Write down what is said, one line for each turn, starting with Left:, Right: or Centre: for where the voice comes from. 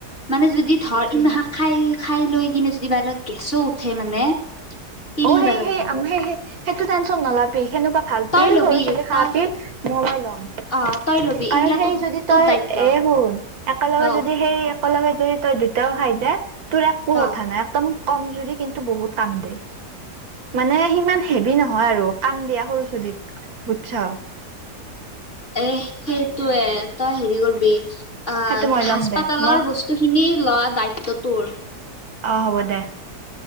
Left: মানে যদি ধৰ ইম
Right: এ
Left: খাই খাই লৈ কিনে যদি ব গেছো, উঠে মানে পিল
Right: অ'
Left: নিবা
Right: সেই
Left: লাগব
Right: সেই স সেইটো টেনচন নলাবি সেনেকুৱা ভাল
Left: তই
Right: পিল
Left: লবি
Right: সৰু চলি খা
Left: তই
Right: পিল মই লম
Left: অ তই লবি
Right: কাৰণ
Left: এইগিলা
Right: সেই
Left: তোৰ
Right: যদি
Left: তোৰ
Right: তই
Left: দায়িত্ব
Right: এ শুন একেলগে
Left: অ
Right: যদি সেই একেল লগে যদি তই দুটাও খাই দে তোৰ একো
Left: অ
Right: কথা নাই একদম কমজুৰি কিন্তু বহুত কাম দে মানে সিমান হেভি নহয় আৰু কাম দিয়া সৰু ছোলীক বুজছ
Left: এ সেইটোয়ে তই হেৰি কৰিবি আহ
Right: সেইটো মই
Left: কি
Right: ল'ম
Left: হাস্পাতালৰ,
Right: দে মোক
Left: বস্তু খিনি লোৱা দায়িত্ব তোৰ
Right: অ' হ'ব দে